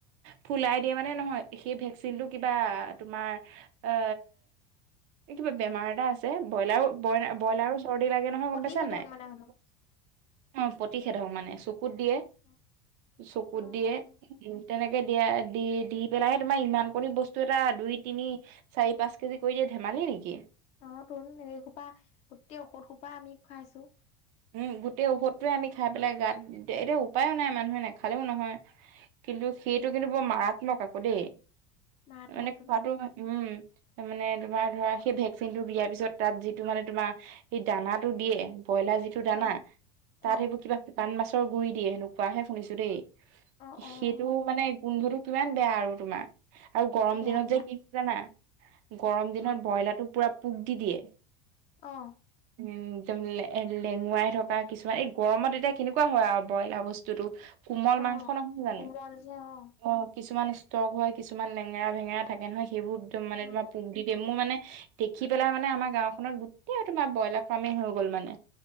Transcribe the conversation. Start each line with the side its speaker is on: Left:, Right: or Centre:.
Right: ফুলাই দিয়ে মানে নহয় সেই ভেকচিনটো কিবা তোমাৰ এ এ কিবা বেমাৰ এটা আছে বইলাৰ বইলা-বইলাৰো চৰ্দি লাগে নহয়
Left: প্ৰতিষেধক
Right: গম পাইছা নে নাই
Left: মানে সেইটো
Right: অ'প্ৰতিষেধক মানে চু কুত দিয়ে
Left: অ
Right: চকুত
Left: অ',
Right: দিয়ে তেনেকে দিয়া দি, দি পেলাইহে তোমাৰ ইমান কৰি বস্তু এটা দুই, তিনি চাৰি, পাঁচ কেজি কৰি দিয়া ধেমালি নেকি
Left: অ' তোন এই খোপা গোটেই ঔষধ খোপা আমি খাইছো।
Right: উম, গোটেই ঔষধটোৱে খাই পেলাই গাত দে এতিয়া উপায়ো নাই মানুহে নেখালেও নহয়। কিন্তু সেইটো কিন্তু বৰ মাৰাত্মক আকৌ দেই
Left: মাৰাত্মক
Right: অ'মানে
Left: তোন
Right: খোৱাটো উম, তাৰ মানে তোমাৰ ধৰা সেই ভেকচিনটো বিয়া পিছত তাত যিটো মানে তোমাৰ সেই দানাটো দিয়ে বইলাৰ যিটো দানা
Left: অ',
Right: তাত
Left: অ',
Right: সেইবোৰ কিবা শুকান মাছৰ গুৰি দিয়ে সেনেকুৱাহে শুনিছো দেই।
Left: অ',
Right: সেইটো
Left: অ',
Right: মানে গোন্ধটো কিমান বেয়া আৰু তোমাৰ। আৰু গৰম
Left: বেয়া
Right: দিনত
Left: বেয়া
Right: যে কি <unintelligible> জানা গৰম দিনত
Left: অ',
Right: বইলাৰটো পুৰা পোক দি দিয়ে।
Left: অ',
Right: উম, দম লে লেঙুৱাই থকা কিছুমান এই গৰমত এতিয়া কেনেকুৱা হয় আৰু বইলাৰ বস্তুটো কোমল
Left: অ',
Right: মাংস নহয় জানো
Left: কোমল যে অ',
Right: অ'কিছুমান আছ ষ্ট্ৰং হয় কিছুমান লেঙেৰা ভেঙেৰা থাকে নহয় সেইবোৰ একদম মানে
Left: অ',
Right: তোমাৰ পোক দি দিয়ে। মোৰ মানে দেখি পেলাই মানে আমাৰ গাওখনত গোটেই তোমাৰ বইলাৰ ফাৰ্মেই হৈ গ'ল মানে।